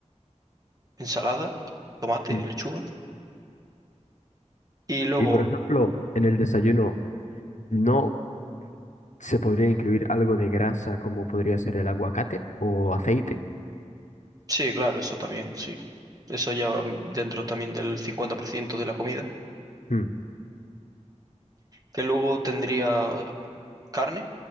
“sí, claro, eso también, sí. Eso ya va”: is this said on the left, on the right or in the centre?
Right